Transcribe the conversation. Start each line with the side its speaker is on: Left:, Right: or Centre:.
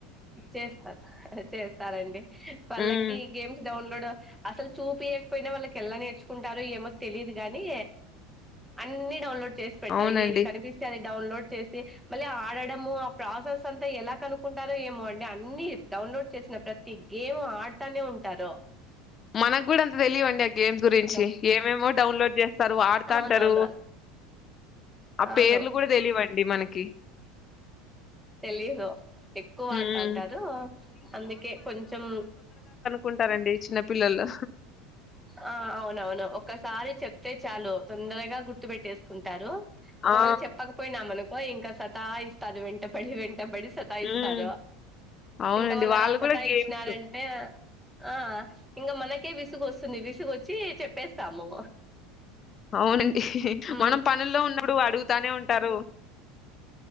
Centre: చేస్తా చేస్తారండి పళ్లకి
Left: హ్మ్.
Centre: గేమ్స్ డౌన్లోడ్ అసలు చూపియ్యకపోయినా వాళ్ళకి ఎల్ల నేర్చుకుంటారో ఏమో తెలీయదు గాని అన్ని డౌన్లోడ్ చేస్ పెట్టారు
Left: అవునండి
Centre: ఏది కనిపిస్తే అది డౌన్లోడ్ చేసి మళ్ళీ ఆడడము ఆ ప్రాసెస్ అంతా ఎలా కను కుంటారో ఏమో అండి అన్ని డౌన్లోడ్ చేసిన ప్రతి గేమ్ ము ఆడుతానే ఉంటారు
Left: మనకు కూడా అంత తెలియవు అండి ఆ గేమ్స్ గురించి
Centre: హలో
Left: ఏమేమో డౌన్లోడ్ చేస్తారు ఆడతాంటారు
Centre: అవునవును
Left: ఆ పేర్లు
Centre: అవును
Left: కూడా తెలియవు అండి మనకి
Centre: తెలీదు ఎక్కువ
Left: హ్మ్
Centre: వాడుతా అంటారు అందుకే కొంచెం
Left: కుంటారండి చిన్న పిల్లలు
Centre: అ ఆ అవునవును ఒక్కసారి చెప్తే చాలు తొందరగా గుర్తు పెట్టేసుకుంటారు ఒక్క
Left: ఆ
Centre: వేళ చెప్పకపోయినా అనుకో ఇంకా సతాయిస్తారు వెంటపడి వెంటపడి సత్ సాయి
Left: హ్మ్
Centre: ఇస్తారు
Left: అవునండి
Centre: ఇంకా వాళ్ళు అలా సతా
Left: కూడా గేమ్స్
Centre: ఇచ్చినారంటే ఆ ఇంకా మనకే విసుగు వస్తుంది విసుగు వచ్చి చెప్పేస్తాము
Left: అవునండి
Centre: ఉమ్
Left: మనం పనుల్లో ఉన్నప్పుడు అడుగుతానే ఉంటారు